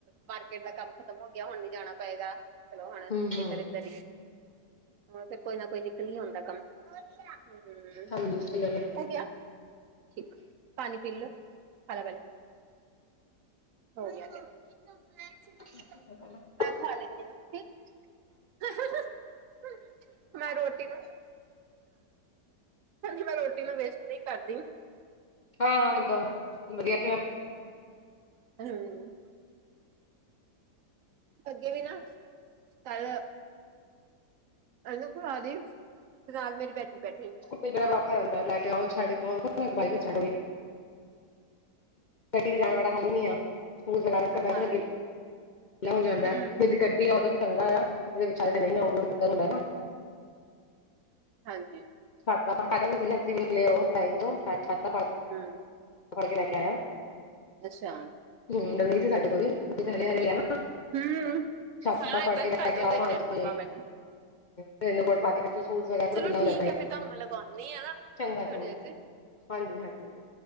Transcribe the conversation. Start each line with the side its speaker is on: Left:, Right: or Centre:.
Right: ਮਾਰਕੀਟ ਦਾ ਕੰਮ ਖਤਮ ਹੋ ਗਿਆ, ਹੁਣ ਨੀ ਜਾਣਾ ਪਏਗਾ, ਚਲੋ ਹੁਣ
Left: ਹੂੰ-ਹੂੰ
Right: ਇੱਧਰ, ਇੱਧਰ ਹੀ ਓਹ ਫੇਰ ਕੋਈ ਨਾ ਕੋਈ ਨਿਕਲ ਆਂਦਾ ਕੰਮ। ਹਮ,
Left: ਹਾਂਜੀ ਸਹੀ ਗੱਲ
Right: ਹੋ ਗਿਆ ਠੀਕ ਪਾਣੀ ਪੀ ਲੋ, ਖਾਲਾ ਪਿਹਲੇ। ਹੋ ਗਿਆ ਤੇ ਮੈਂ <unintelligible>
Left: <unintelligible>
Right: ਮੈਂ ਖਾ ਲਤੀ ਆ ਠੀਕ, <unintelligible> ਮੈਂ ਰੋਟੀ ਨੂੰ ਹਜੀ ਮੈਂ ਰੋਟੀ ਨੂੰ ਵੇਸਟ ਨਹੀਂ ਕਰਦੀ।
Left: ਹਾਂ, ਹਾਂ ਏਦਾਂ ਵਧੀਆ ਧਿ
Right: ਹਮ। ਅੱਗੇ ਵੀ ਨਾ ਕੱਲ ਇਹਨੂੰ ਖਵਾ ਰਹੀ, ਤੇ ਨਾਲ ਮੇਰੀ ਬੈਠੀ ਐ
Left: ਬਿਹੜਾ ਔਖਾ ਜਾਂਦਾ ਲੈ ਕੇ ਆਓ, ਛਡ ਕੇ ਆਓ <unintelligible> ਗੱਡੀ
Right: ਹੂੰ
Left: ਚ ਜਾਣ ਵਾਲਾ ਹਾਲ ਹੀ ਨੀ ਆ, <unintelligible>
Right: ਹਾਂਜੀ
Left: ਵੀਆਹ ਹੋ ਜਾਂਦਾ
Right: ਹੂੰ
Left: ਜੇਦੀ ਗੱਡੀ ਆ ਉਹਦਾ ਤਾਂ ਚੰਗਾ ਆ, ਜਿਨ੍ਹਾਂ ਵਿਚਾਰੇ ਨਹੀਂ ਉਹਨੂੰ
Right: ਹੂੰ
Left: ਦਿੱਕਤ ਹੁੰਦਾ ਨਾ।
Right: ਹਾਂਜੀ।
Left: ਛਾਤਾ ਪਾ ਵੀ ਸੀ ਅਸੀਂ ਨਿਕਲੇ ਉਹ ਲਾਈਨ ਤੋਂ ਛਾਤਾ ਫੜ
Right: ਹੂੰ
Left: ਕੇ ਲੈ ਕੇ ਆਇਆ।
Right: ਅੱਛਾ।
Left: ਹਮ, ਹੁੰਦਾ ਨਹੀਂ ਸੀ ਸਾਡੇ ਕੋਲ ਵੀ, ਅਸੀਂ ਪਹਿਲੇ ਹਰੇ ਲਿਆ ਨਾ।
Right: ਹੂੰ
Left: ਛਾਤਾ
Right: ਹਾਂ
Left: ਫਾੜ
Right: ਏਦਾਂ
Left: ਕੇ
Right: ਤਾਂ
Left: ਲੈ
Right: ਕਰਦੇ
Left: ਕੇ
Right: ਹੁੰਦੇ
Left: ਆਓ,
Right: ਸੀ
Left: ਹਾਂਜੀ।
Right: ਰੇਨਕੋਟ ਬਾਬਾ ਜੀ
Left: ਤੇਨੂੰ ਕੋਲ ਪਾ ਕੇ ਫੇਰ ਤੂੰ ਸੂਟ ਵਗੈਰਾ
Right: ਚਲੋ
Left: ਗੀਲਾ ਹੋ
Right: ਠੀਕ
Left: ਜਾਂਦਾ
Right: ਹੈ
Left: ਸੀ,
Right: ਫਿਰ ਤੁਹਾਨੂੰ ਮੈਂ ਲਗਾਉਂਦੀ ਆ ਨਾ ਤੁਹਾਡੇ
Left: ਚੰਗਾ- ਚੰਗਾ।
Right: ਤੇ
Left: ਹਾਂਜੀ, ਹਾਂਜੀ।